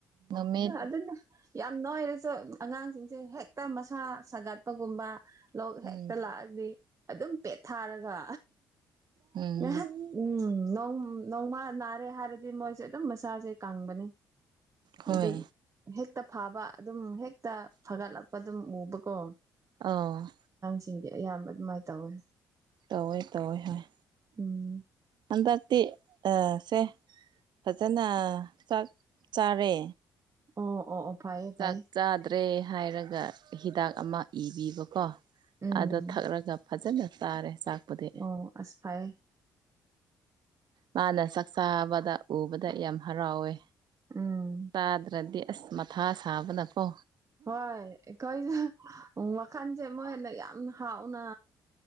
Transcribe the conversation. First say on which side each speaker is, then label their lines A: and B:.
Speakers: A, on the right; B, on the right.
A: ꯅꯨꯃꯤꯠ
B: ꯑꯗꯨꯅ ꯌꯥꯝ ꯅꯣꯢꯔꯁꯨ ꯑꯉꯥꯡꯁꯤꯡꯁꯦ ꯍꯦꯛꯇ ꯃꯁꯥ ꯁꯥꯒꯠꯄꯒꯨꯝꯕ ꯂꯣꯛ
A: ꯎꯝ
B: ꯍꯦꯛꯇ ꯂꯥꯛꯑꯗꯤ ꯑꯗꯨꯝ ꯄꯦꯠꯊꯥꯔꯒ
A: ꯎꯝ
B: ꯉꯥꯏꯍꯥꯛ ꯎꯝ ꯅꯣꯝ ꯅꯣꯡꯃꯥ ꯅꯥꯔꯦ ꯍꯥꯏꯔꯗꯤ ꯃꯣꯏꯁꯦ ꯑꯗꯨꯝ ꯃꯁꯥꯁꯦ ꯀꯪꯕꯅꯦ
A: ꯍꯣꯏ
B: ꯑꯗꯨ ꯍꯦꯛꯇ ꯐꯥꯕ ꯑꯗꯨꯝ ꯍꯦꯛꯇ ꯐꯒꯠꯂꯛꯄ ꯑꯗꯨꯝ ꯎꯕꯀꯣ
A: ꯑꯧ
B: ꯆꯤꯡꯖꯦ ꯑꯌꯥꯝꯕ ꯑꯗꯨꯃꯥꯏꯅ ꯇꯧꯋꯦ
A: ꯇꯧꯋꯦ ꯇꯧꯋꯦ ꯍꯣꯏ
B: ꯎꯝ
A: ꯍꯟꯗꯥꯛ ꯇꯤ ꯑꯥ ꯁꯦ ꯐꯖꯅ ꯆꯥꯛ ꯆꯥꯔꯦ
B: ꯑꯣ ꯑꯣ ꯑꯣ ꯐꯩꯌꯦ
A: ꯆꯥꯛ
B: ꯐꯩꯌꯦ
A: ꯆꯥꯗ꯭ꯔꯦ ꯍꯥꯏꯔꯒ ꯍꯤꯗꯥꯛ ꯑꯃ ꯏꯕꯤꯕꯀꯣ
B: ꯎꯝ
A: ꯑꯗꯣ ꯊꯛꯂꯒ ꯐꯖꯅ ꯆꯥꯔꯦ ꯆꯥꯛꯄꯨꯗꯤ
B: ꯑꯣ ꯑꯁ ꯐꯩꯌꯦ
A: ꯃꯥꯅ ꯆꯥꯛꯆꯥꯥꯕꯗ ꯎꯕꯗ ꯌꯥꯝ ꯍꯔꯥꯎꯋꯦ
B: ꯎꯝ
A: ꯇꯥꯗ꯭ꯔꯗꯤ ꯑꯁ ꯃꯊꯥ ꯁꯥꯕꯅꯀꯣ
B: ꯍꯣꯏ ꯑꯩꯈꯣꯏꯖꯨ ꯋꯥꯈꯥꯟꯁꯦ ꯃꯣꯏꯅ ꯌꯥꯝ ꯍꯥꯥꯎꯅ